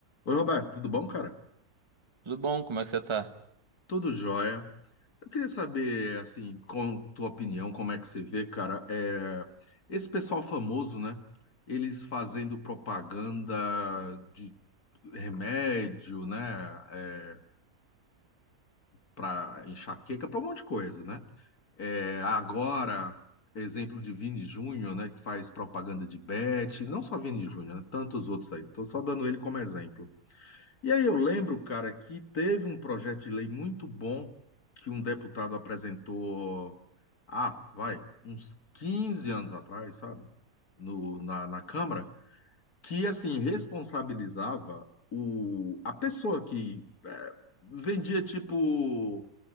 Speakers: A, on the left; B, on the right.
A: Oi, Roberto, tudo bom, cara?
B: Tudo bom? Como é que você tá?
A: Tudo jóia. Eu queria saber, assim, com tua opinião, como é que você vê, cara, é, esse pessoal famoso, né? Eles fazendo propaganda de remédio, né? É, para enxaqueca, para um monte de coisa, né? É, agora, exemplo de Vini Júnior, né? Que faz propaganda de Bet, não só Vini Júnior, né? Tantos outros aí. Tô só dando ele como exemplo. E aí eu lembro, cara, que teve um projeto de lei muito bom que um deputado apresentou, ah, vai, uns 15 anos atrás, sabe? No, na, na Câmara, que assim responsabilizava o, a pessoa que eh, vendia tipo